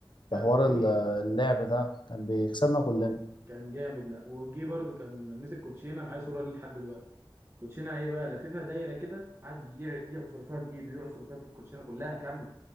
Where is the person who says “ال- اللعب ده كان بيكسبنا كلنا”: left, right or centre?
Left